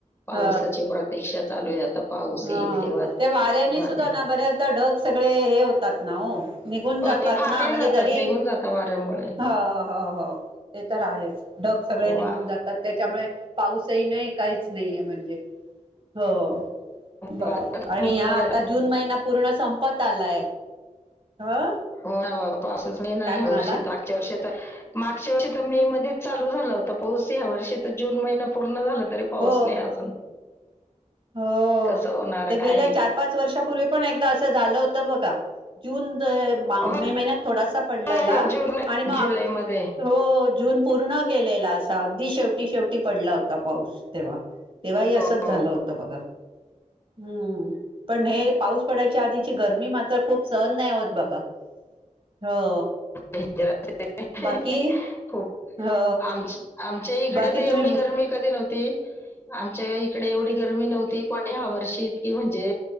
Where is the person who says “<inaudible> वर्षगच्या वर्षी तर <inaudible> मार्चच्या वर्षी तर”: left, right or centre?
Left